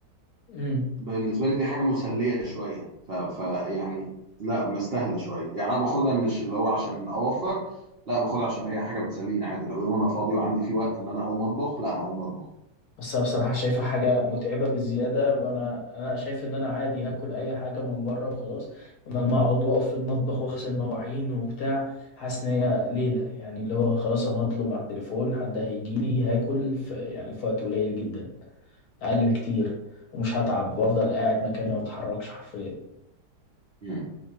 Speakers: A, on the left; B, on the right.
A: امم
B: بالنسبه لي دي حاجه مسليه شويه ف, ف يعني لا مستاهله شويه يعني انا باخدها مش اللي هو عشان اوفر لا باخدها عشان هي حاجه بتسليني عادي لو يوم انا فاضي وعندي فيه وقت ان انا اقوم اطبخ لا هقوم اطبخ
A: بس انا بصراحه شايفها حاجه متعبه بزياده وانا انا شايف ان انا عادي هاكل اي حاجه من بره وخلاص بدل ما اقعد واقف في المطبخ واغسل مواعين وبتاع حاسس ان هي ليله يعني اللي هو خلاص انا هطلب على التليفون حد هيجي لي هاكل في يعني في وقت قليل جدا اقل بكتير ومش هتعب وافضل قاعد مكاني ما بتحركش حرفيا
B: مم.